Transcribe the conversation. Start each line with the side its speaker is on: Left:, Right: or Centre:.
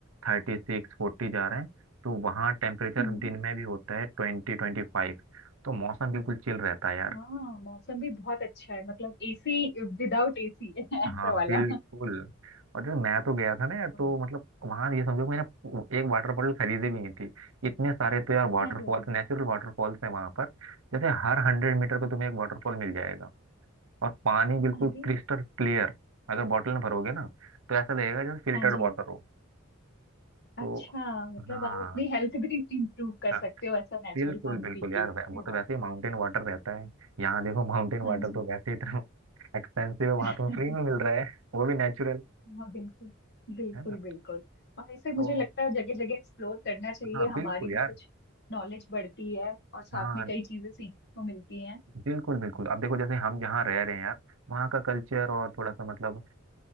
Right: थर्टी सिक्स फोर्टी जा रहे हैं तो वहाँ टेम्परेचर
Left: हम्म
Right: दिन में भी होता है ट्वेंटी ट्वेंटी फाइव तो मौसम बिल्कुल चिल रहता है यार
Left: हाँ मौसम भी बहुत अच्छा है मतलब एसी विदाउट एसी <laughs> ऐसा
Right: हाँ
Left: वाला
Right: बिल्कुल और जैसे मैं तो गया था ना यार
Left: हम्म।
Right: तो मतलब वहाँ ये समझो मैंने एक वाटर बॉटल खरीदी भी नहीं थी इतने सारे तो यार वाटरफॉल्स
Left: अरे वाह
Right: नेचुरल वाटरफॉल्स हैं वहाँ पर जैसे हर हंड्रेड मीटर पे तुम्हें एक वाटरफॉल मिल जाएगा और पानी बिल्कुल
Left: अरे
Right: क्रिस्टल क्लियर अगर बॉटल में भरोगे ना तो ऐसा लगेगा जैसे फिल्टर्ड
Left: हाँ जी
Right: वाटर हो तो
Left: अच्छा मतलब
Right: हाँ
Left: आप अपनी हेल्थ भी इंप्रूव कर
Right: हाँ
Left: सकते हो ऐसा नेचुरल
Right: बिल्कुल
Left: पानी
Right: बिल्कुल
Left: पी
Right: यार
Left: के अरे
Right: वै- वो तो
Left: वाह
Right: वैसे ही माउंटेन वाटर रहता है यहाँ देखो माउंटेन
Left: हाँ
Right: वाटर
Left: जी
Right: तो वैसे ही इतना <laughs> एक्सपेंसिव है वहाँ
Left: <laughs>
Right: तुम्हें फ्री में मिल रहा है वो भी नेचुरल
Left: हाँ बिल्कुल बिल्कुल
Right: है ना
Left: बिल्कुल और ऐसे मुझे
Right: तो
Left: लगता है जगह जगह एक्सप्लोर करना चाहिए
Right: हाँ बिल्कुल
Left: हमारी भी
Right: यार
Left: कुछ नॉलेज बढ़ती है और साथ
Right: हाँ
Left: में कई चीजें सीखने को मिलती हैं
Right: बिल्कुल बिल्कुल अब देखो जैसे हम जहाँ रह रहे हैं यार वहाँ का कल्चर और
Left: हाँ
Right: थोड़ा सा मतलब